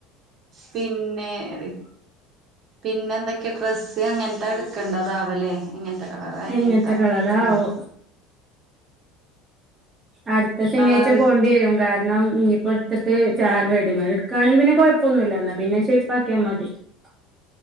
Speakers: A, on the right; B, on the right.
A: പിന്നെ റി പിന്നെ എന്തൊക്കെയാ ഡ്രസ്സ് എങ്ങൻത്ത എടുക്കണ്ടതാവലെ. എങ്ങൻത്തെ കളറ എങ്ങൻത്തെ
B: എങ്ങനത്തെ
A: ഒക്കെ
B: കളറാവോ
A: എടുക്കണ്ടാവ.
B: അട്ത്ത ശനിയാഴ്ച്ച
A: കളറ്
B: പോണ്ടി വരും. കാ രണം ഇനിപ്പ എടുത്തിട്ട് ചാ റെഡി മെയ്ഡ് എടുക്കാണെങ്കിൽ പിന്നെ കൊഴപ്പൊന്നുല്ല ഇന്ന പിന്നെ ഷേപ്പാ ക്കിയ മതി. <unintelligible>